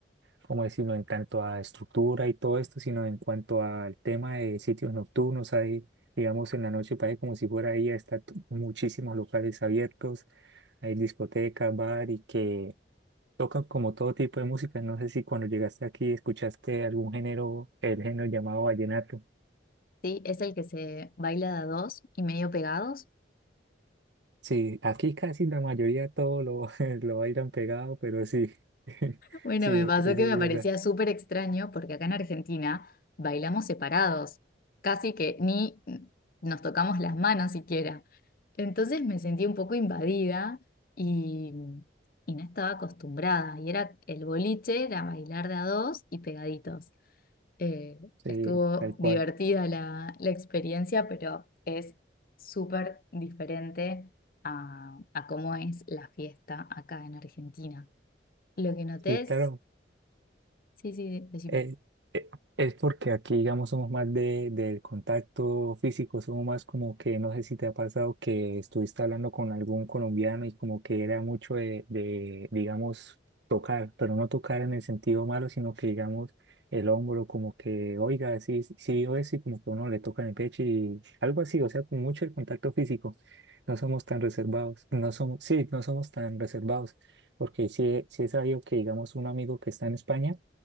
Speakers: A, on the right; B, on the left.
A: ¿cómo decirlo?, en tanto a estructura y todo esto, sino en cuanto al tema de sitios nocturnos, hay, digamos, en la noche parece como si fuera ahí, está muchísimos locales abiertos hay discoteca, bar y que tocan como todo tipo de música. No sé si cuando llegaste aquí escuchaste algún género, el género llamado vallenato.
B: Sí, es el que se baila de a dos y medio pegados.
A: Sí, aquí casi la mayoría todo lo, <laughs> lo bailan pegado, pero sí, <laughs>
B: Bueno,
A: sí,
B: me pasó
A: eso
B: que
A: es
B: me
A: verdad,
B: parecía súper extraño porque acá en Argentina bailamos separados, casi que ni nos tocamos las manos siquiera. Entonces me sentí un poco invadida y, y no estaba acostumbrada. Y era el boliche, era bailar de a dos y pegaditos. Eh,
A: sí,
B: estuvo
A: tal
B: divertida
A: cual.
B: la, la experiencia, pero es súper diferente a, a cómo es la fiesta acá en Argentina. Lo que noté
A: Sí, claro,
B: es Sí, sí, decime.
A: Eh, eh, es porque aquí, digamos, somos más de, del contacto físico, somos más como que, no sé si te ha pasado que estuviste hablando con algún colombiano y como que era mucho de, de, digamos, tocar, pero no tocar en el sentido malo, sino que, digamos, el hombro como que, oiga, sí, sí, o y como que uno le toca en el pecho y algo así, o sea, con mucho el contacto físico. No somos tan reservados, no somos, sí, no somos tan reservados, porque sí, he- sí es sabido que, digamos, un amigo que está en España,